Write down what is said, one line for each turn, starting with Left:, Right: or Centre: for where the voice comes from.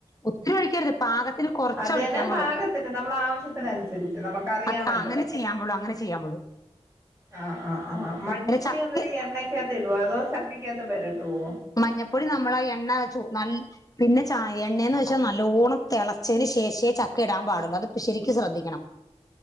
Left: ഒത്തിരി ഒഴിക്കരുത് പാകത്തിന് കൊറച്ചൊഴിക്കാമ്പോളൂ
Right: അത് തന്നെ പാകത്തിന് നമ്മൾ ആവശ്യത്തിനനുസരിച്ച് നമുക്കറിയാമല്ലോ
Left: അത് ആ അങ്ങനെ ചെയ്യാമ്പോളു അങ്ങന ചിയ്യാമ്പൊള്ളൂ
Right: ആഹ് ആഹ് ആഹ് മഞ്ഞപ്പൊടി
Left: ചക്ക
Right: അന്നേരു എണ്ണക്കകത്ത് ഇടോ അതോ ചക്കകത്ത് പെരട്ടുവോ
Left: മഞ്ഞപ്പൊടി നമ്മള ആ എണ്ണ ചോ നല്ല പിന്നെ ചായ എണ്ണേന്ന് വെച്ചാ നല്ലോണം തെളച്ചതിന് ശേഷേ ചക്ക ഇടാൻ പാടുന്നു അത് ശരിക്ക് ശ്രദ്ധിക്കണം